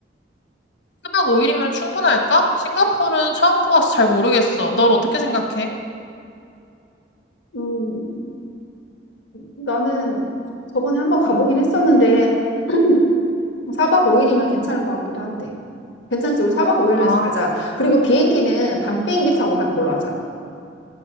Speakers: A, on the left; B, on the left.
A: 1박 5일이면 충분할까? 싱가포르는 처음 가봐서 잘 모르겠어. 넌 어떻게 생각해?
B: 음, 나는 저번에 한번 가보긴 했었는데, <clears throat> 4박 5일이면 괜찮을 것 같기도 한데. 괜찮지? 우리 4박 5일로
A: 아,
B: 해서 가자. 그리고 비행기는 밤 비행기 타고 가는 걸로 하자.